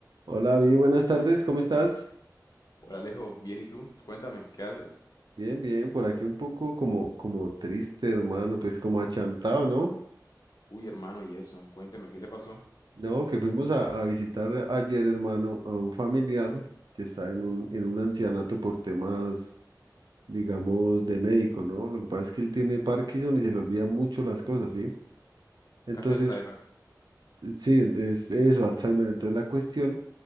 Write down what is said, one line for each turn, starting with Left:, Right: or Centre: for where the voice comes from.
Right: Hola, bien, buenas tardes, ¿cómo estás?
Left: Hola Alejo, bien y tú, cuéntame, ¿qué haces?
Right: Bien, bien, por aquí un poco como, como triste, hermano, pues como achantado, ¿no?
Left: Uy hermano, y eso, cuénteme, ¿qué le pasó?
Right: No, que fuimos a, a visitar ayer, hermano, a un familiar que está en un, en un ancianato por temas, digamos, de médico, ¿no? Lo que pasa es que él tiene Parkinson y se le olvida mucho las cosas, ¿sí? Entonces,
Left: Casi Alzheimer,
Right: sí, es eso, Alzheimer. Entonces la cuestión